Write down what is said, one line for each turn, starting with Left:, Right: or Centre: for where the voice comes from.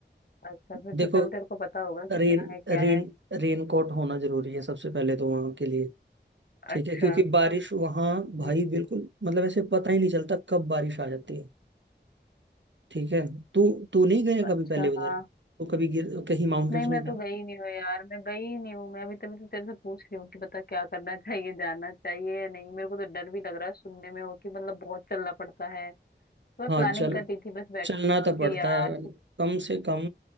Left: अच्छा फिर
Right: देखो
Left: तो चल तेरे को पता होगा कि क्या
Right: रेन
Left: है क्या
Right: रेन
Left: है
Right: रेन कोट होना जरूरी है सबसे पहले तो वहाँ के लिए ठीक
Left: अच्छा
Right: है क्योंकि बारिश वहाँ भाई
Left: हम्म,
Right: बिल्कुल मतलब ऐसे पता ही नहीं चलता कब बारिश आ जाती है ठीक है तू तू नहीं गया
Left: अच्छा
Right: कभी पहले उधर
Left: हाँ
Right: तू कभी गिर कहीं माउंटेन्स
Left: नहीं मैं
Right: में गए
Left: तो गई नहीं हूँ यार मैं गई ही नहीं हूँ मैं अभी तभी तो तेरे से पूछ रही हूँ कि बता क्या करना <laughs> चाहिए जाना चाहिए या नहीं मेरे को तो डर भी लग रहा है सुनने में हो कि मतलब बहुत चलना पड़ता है तो मैं
Right: हाँ
Left: प्लानिंग
Right: चल
Left: कर रही थी बस बैठी
Right: चलना
Left: हुई थी
Right: तो
Left: कि
Right: पड़ता
Left: यार
Right: है कम से कम